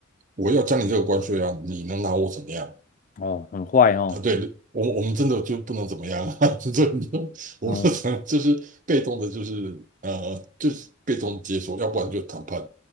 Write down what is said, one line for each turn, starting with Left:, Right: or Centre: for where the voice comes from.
Right: 我要加你这个关税啊，你能拿我怎么样
Left: 哦，很坏哦，
Right: 啊？对我我们真的就不能怎么样啊？<laughs> 就这你就我们只能就是被动的，
Left: 嗯。
Right: 就是呃，就是被动接受，要不然就谈判